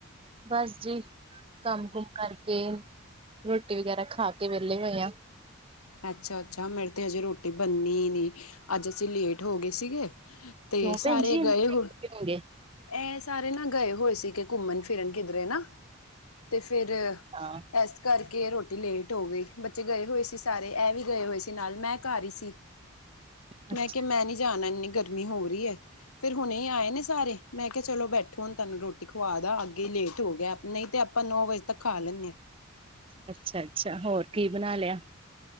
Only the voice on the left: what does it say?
ਅੱਛਾ- ਅੱਛਾ ਮੇਰੇ ਤੇ ਹਜੇ ਰੋਟੀ ਬਣਨੀ ਨੀ, ਅੱਜ ਅਸੀਂ ਲੇਟ ਹੋ ਗਏ ਸੀਗੇ।
ਤੇ ਸਾਰੇ
ਗਏ ਹੋਣ।
ਇਹ ਸਾਰੇ ਨਾ ਗਏ ਹੋਏ ਸੀ, ਕਿ ਘੁੰਮਣ ਫਿਰਨ ਕਿਧਰੇ ਨਾ। ਤੇ ਫੇਰ
ਇਸ ਕਰਕੇ ਰੋਟੀ ਲੇਟ ਹੋ ਗਈ, ਬੱਚੇ ਗਏ ਹੋਏ ਸੀ ਸ- ਸਾਰੇ ਇਹ ਵੀ ਗਏ ਹੋਏ ਸੀ ਨਾਲ ਮੈਂ ਘਰ ਹੀ ਸੀ,
ਮੈਂ ਕਿਹਾ ਮੈਂ ਨੀ ਜਾਣਾ ਇੰਨੀ ਗਰਮੀ ਚ। ਇੰਨੀ ਹੋ ਰਹੀ ਹੈ। ਫੇਰ ਹੁਣੇ ਈ ਆਏ ਨੇ ਸਾਰੇ, ਮੈਂ ਕਿਹਾ ਚਲੋ ਬੈਠੋ ਹੁਣ ਤਹਾਨੂੰ ਰੋਟੀ ਖੁਵਾ ਦ ਅੱਗੇ ਹੀ ਲੇਟ- ਹੋ ਗਿਆ, ਨਹੀਂ ਤੇ ਆਪਾਂ ਨੌ ਵਜੇ ਤੱਕ ਖਾ ਲੈਂਨੇ ਆ।